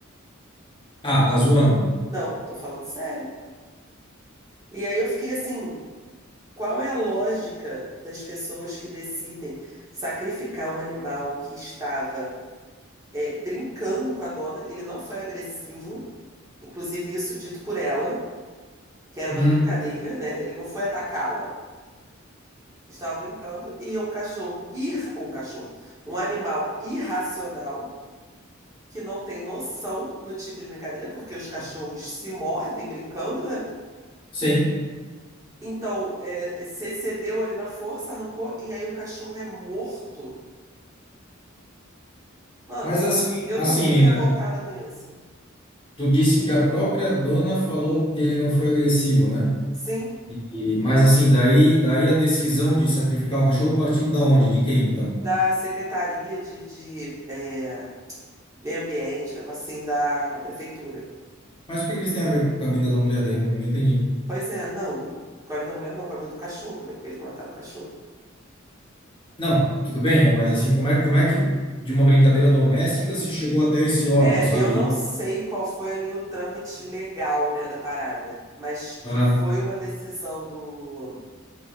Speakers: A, on the left (about 25°); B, on the right (about 15°).
A: Ah, tá zoando?
B: Não, tô falando sério. E aí eu fiquei assim, qual é a lógica das pessoas que decidem sacrificar um animal que estava é, brincando com a dona? Ele não foi agressivo, inclusive isso dito por ela, que era
A: Hum,
B: uma brincadeira, né? Ele não foi atacá-la. Eles estavam brincando e um cachorro, ir, um cachorro, um animal irracional que não tem noção do tipo de brincadeira, porque os cachorros se mordem brincando, né?
A: sim.
B: Então, é, é, se cedeu ali na força, arrancou, e aí o cachorro é morto. Mano,
A: Mas assim,
B: eu
A: assim,
B: tô muito
A: Nina,
B: revoltada com isso.
A: tu disse que a própria dona falou que ele não foi agressivo, né?
B: Sim,
A: E, mas assim, daí, daí a decisão de sacrificar o cachorro partiu da onde? De quem, então?
B: da Secretaria de, de é, Meio Ambiente, um negócio assim, da Prefeitura.
A: Mas o que que eles têm a ver com a vida da mulher daí? Não, não entendi.
B: Pois é, não. Com a vida da mulher, não, com a vida do cachorro, né? Porque eles mataram o cachorro.
A: Não, tudo bem, é, mas assim, como é, como é que de uma brincadeira doméstica se chegou até esse órgão,
B: É,
A: sabe?
B: eu não sei qual foi ali o trâmite legal, né, da parada, mas
A: Ah,
B: que foi uma decisão do